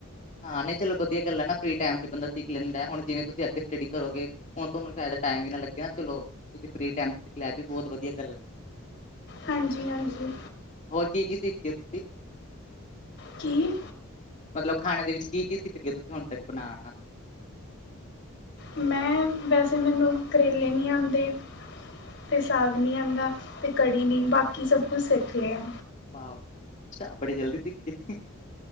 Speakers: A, on the left (about 35°); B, on the left (about 60°).
A: ਹਾਂ, ਨਹੀਂ ਚਲੋ ਵਧੀਆ ਗੱਲ ਹੈ ਨਾ, ਫ੍ਰੀ ਟਾਈਮ'ਚ ਬੰਦਾ ਸਿੱਖ ਲੈਂਦਾ, ਹੁਣ ਜਿਵੇਂ ਤੁਸੀਂ ਅੱਗੇ ਸਟੱਡੀ ਕਰੋਗੇ। ਹੁਣ, ਤੁਹਾਨੂੰ ਸ਼ਾਇਦ ਟਾਈਮ ਈ ਨਾ ਲੱਗੇ ਚਲੋ, ਤੁਸੀਂ ਫ੍ਰੀ ਟਾਈਮ'ਚ ਸਿੱਖ ਲਿਆ ਏਵੀ ਬਹੁਤ ਵਧੀਆ ਗੱਲ ਹੈ।
B: ਹਾਂਜੀ-ਹਾਂਜੀ।
A: ਹੋਰ ਕੀ, ਕੀ ਸਿੱਖਦੇ ਓ, ਤੁਸੀ?
B: ਕੀ?
A: ਮਤਲਬ ਖਾਣੇ ਦੇ ਵਿੱਚ ਕੀ-ਕੀ ਸਿੱਖਦੇ, ਤੁਸੀਂ ਹੁਣ ਤੱਕ ਬਣਾਣਾ।
B: ਮੈਂ ਵੈਸੇ ਮੈਨੂੰ, ਕਰੇਲੇ ਨਹੀਂ ਆਂਦੇ। ਤੇ ਸਾਗ ਨੀ ਆਂਦਾ, ਤੇ ਕੜੀ ਨੀ, ਬਾਕੀ ਸਭ ਕੁਛ ਸਿੱਖ ਲਿਆ।
A: ਵ ਬੜੀ ਜਲਦੀ, ਸਿਖਗੇ,